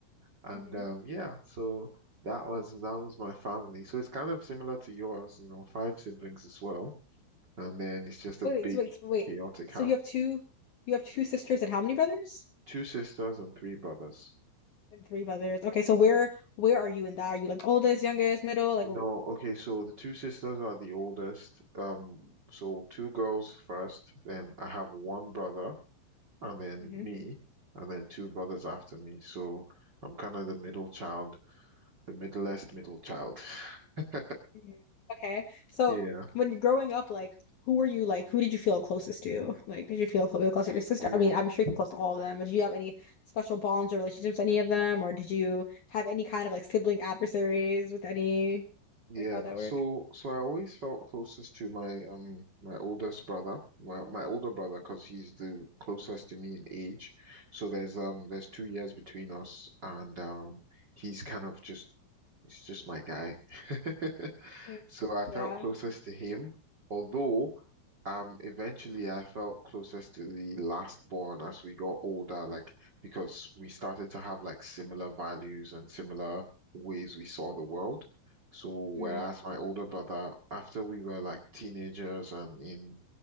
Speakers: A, on the right (about 75°); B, on the left (about 65°).
A: And
B: hmm
A: um, yeah, so that was that was my family. So it's kind of similar to yours, you know, five siblings as well. And then it's just a
B: Wait,
A: big
B: wait, so wait, so wait.
A: chaotic
B: So
A: house.
B: you have two, you have two sisters and how many brothers?
A: Two sisters and three brothers.
B: And three brothers. Okay, so
A: Mm.
B: where where are you in that? Are you like oldest, youngest, middle?
A: No, okay, so the two sisters are the oldest. Um, so two girls first, then I have one brother, and then
B: Like,
A: me, and then two brothers after me. So I'm kind of the middle child, the middlest middle child. <laughs>
B: Mm, Okay. So
A: Yeah.
B: when growing up, like who were you like who did you feel closest to? Like did you feel clo- close to your sister?
A: Mm.
B: I mean, I'm sure you're close to all of them, but do you have any special bonds or relationships with any of them? Or did you have any kind of like sibling adversaries with any
A: Yeah,
B: like how'd that
A: so
B: work?
A: so I always felt closest to my um my oldest brother, my my older brother, because he's the closest to me in age. So there's um there's two years between us, and um he's kind of just he's just my guy. <laughs>
B: Mm,
A: So I felt
B: Yeah.
A: closest to him, although um eventually I felt closest to the last born as we got older, like because we started to have like similar values and similar ways we saw the world. So whereas
B: Mm,
A: my older brother, after we were like teenagers and in